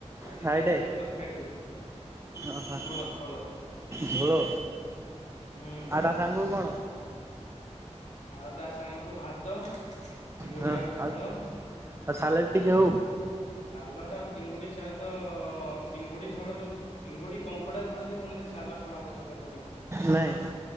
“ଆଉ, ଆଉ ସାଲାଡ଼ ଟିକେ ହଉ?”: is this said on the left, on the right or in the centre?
Right